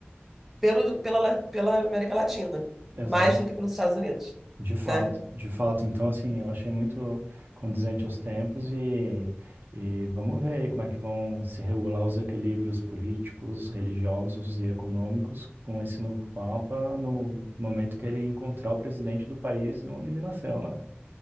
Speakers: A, in the centre; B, on the right.
A: pelo, pela, La- pela América Latina,
B: exato,
A: mais do que pelos Estados Unidos,
B: de fato,
A: né?
B: de fato. Então, assim, eu achei muito condizente aos tempos e, e vamos ver aí como é que vão se regular os equilíbrios políticos, religiosos e econômicos com esse novo Papa no momento que ele encontrar o presidente do país de onde ele nasceu, né?